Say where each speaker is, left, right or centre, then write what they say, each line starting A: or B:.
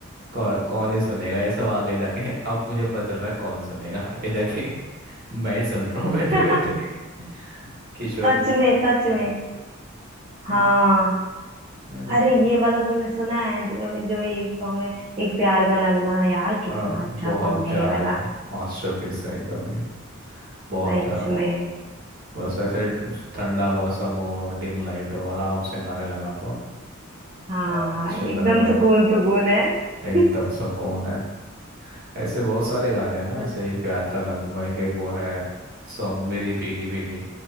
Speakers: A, on the right; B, on the right.
A: कौ, कौन ही सुनेगा ये सब आगे जाके अब मुझे पता चल रहा है कौन सुनेगा आगे जाके <laughs> मैं ही सुन रहा हूँ बैठे
B: <laughs>
A: बैठे <laughs> किशोर
B: सच
A: कुमार
B: में सच
A: के है
B: में
A: ना
B: हाँ
A: है ना?
B: अरे ये वाला तुमने सुना है जो, जो ये सॉन्ग है एक प्यार का नगमा है यार कितना
A: हाँ
B: अच्छा
A: बहुत
B: सॉन्ग है
A: प्यारा
B: ये वाला
A: है मास्टरपीस है एकदम ही। बहुत
B: सच
A: प्यारा
B: में
A: बस ऐसे ठंडा मौसम हो डिम लाइट हो आराम से गाने लगा दो
B: हाँ
A: और
B: हाँ
A: चिल
B: एकदम
A: होके बैठ
B: सुकून
A: जाओ।
B: सुकून है
A: एकदम
B: <laughs>
A: सुकून है ऐसे बहुत सारे गाने हैं ना
B: सच-
A: ऐसे ही प्यार का नगमा है के वो है सॉन्ग मेरी भीगी भीगी